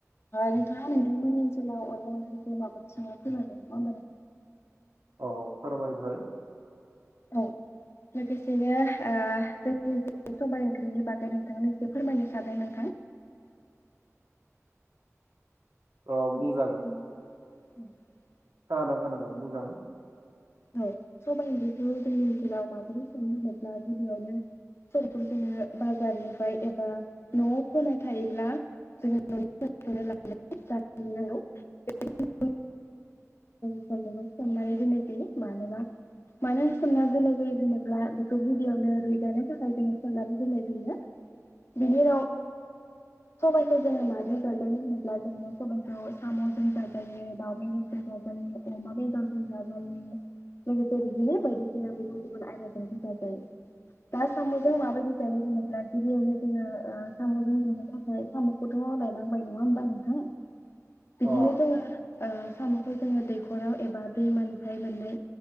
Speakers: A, on the left; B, on the right.
A: नोंथाङा नोंथांमोननि ओनसोलाव अनला ओंख्रिखौ माबानो संङो फोरमायदो नामा?
B: औ फोरमायबाय
A: औ लोगोसेनो ओ जोंनि सबाय ओंख्रिनि बागै नोंथांएसे फोरमायनो सानदों नोंथां।
B: अह
A: औ
B: बुंजागोन।
A: खोनादों <inaudible>
B: खोनादों खोनादों बुं जागोन।
A: औ सबाय ओंख्रिखौ जोंनि ओनसोलाव माबोरै संनो होनोब्ला गिबियावनो सबायखौ जोङो बाजारनिफ्राय एबा न'आव फोनाय थायोब्ला जोङो न'नि लानांगौ। बेखौ सोमनानै दोननाय जायो मानोना मानो सोमना दोननाय जायो होनोब्ला बेखौ गिबियावनो रुइजानो थाखाय जोङो सोमनानै दोननाय जायो बिनि उनाव सबायाइखौ जोङो माजों जाजायो होनोब्ला जोङो सबखौ सामजों जायो। जायो दाउ बेदरजों जाजायो अमा बेदरजों जाजायो लोगोसे बिदिनो बायदिसिना गुबुन गुबुन आयदाजबो जाजायो दा सामजों माबायदि जायो होनोब्ला गिबियावनो जोङो सामजों जानो थाखाय सामखौथ लायनांबाय नङा होमबा नोंथां। बिदिनो
B: अह
A: जोङो ओ साम'खौ जोङो दैख'राव एबा दैमानिफ्राय मोननाय